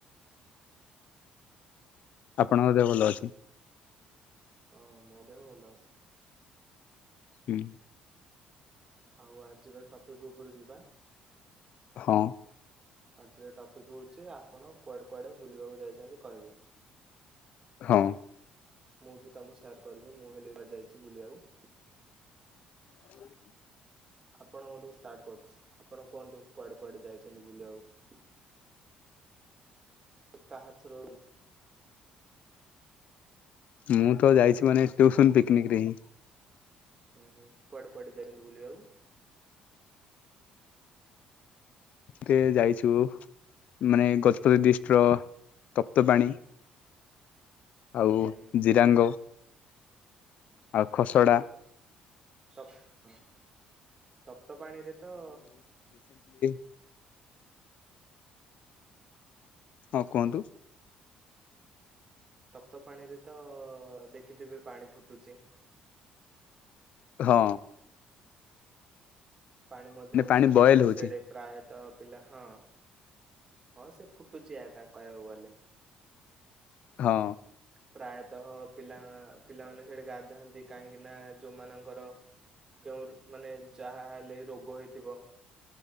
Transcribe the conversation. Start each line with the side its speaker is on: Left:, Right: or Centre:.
Left: ଆପଣଙ୍କ ଦେହ ଭଲ ଅଛି।
Right: ହଁ ମୋ ଦେହ ଭଲ ଅଛି।
Left: ହୁଁ
Right: ଆଉ ଆଜିର ଟପିକ ଉପରେ ଯିବା।
Left: ହଁ।
Right: ଆଜିର ଟପିକ ହଉଛି ଆପଣ କୁଆଡେ କୁଆଡେ ବୁଲିବାକୁ ଯାଇଛନ୍ତି କହିବେ।
Left: ହଁ।
Right: ମୁଁ ବି ତମକୁ ସେୟାର କରିବି ମୁଁ ହେଲେ ଏଲିବାର ଯାଇଛି ବୁଲିବାକୁ।
Left: ହ <inaudible>
Right: ଆପଣଙ୍କଠୁ ଷ୍ଟାଟ କରୁଛି ଆପଣ କୁହନ୍ତୁ କୁଆଡେ କୁଆଡେ ଯାଇଛନ୍ତି ବୁଲିବାକୁ। କାହା ଥ୍ରୋରେ।
Left: ମୁଁ ତ ଯାଇଛି ମାନେ ଟୁସନ ପିକନିକରେ ହିଁ।
Right: ହୁଁ ହୁଁ କୁଆଡେ କୁଆଡେ ଯାଇସନ୍ତି ବୁଲିବାକୁ?
Left: ତେ ଯାଇଛୁ ମାନେ ଗଜପତି ଡ଼ିଷ୍ଟର ତପ୍ତପାଣି।
Right: <inaudible>
Left: ଆଉ
Right: ହୁଁ
Left: ଜିରାଙ୍ଗ। ଆଉ ଖସଡ଼ା।
Right: ତପ୍ ତପ୍ତପାଣିରେ ତ
Left: ହ <inaudible> ହଁ କୁହନ୍ତୁ।
Right: ତପ୍ତପାଣିରେ ତ ଦେଖିଥିବେ ପାଣି ଫୁଟୁଛି।
Left: ହଁ।
Right: ପାଣି ମଧ୍ୟ
Left: ମାନେ
Right: ଉଷୁମ
Left: ପାଣି ବଏଲ
Right: ରହେ
Left: ହଉଛି
Right: ସେଠ ପ୍ରାୟତଃ ପିଲା ହଁ ହଁ ସେ ଫୁଟୁଛି ଆ କହିବାକୁ ଗଲେ।
Left: ହଁ।
Right: ପ୍ରାୟତଃ ପିଲା ପିଲାମାନେ ସେଠି ଗାଧାନ୍ତି କାହିଁକି ନା ଯୋଉମାନଙ୍କର କେଉଁ ମାନେ ଯାହାହେଲେ ରୋଗ ହେଇଥିବ।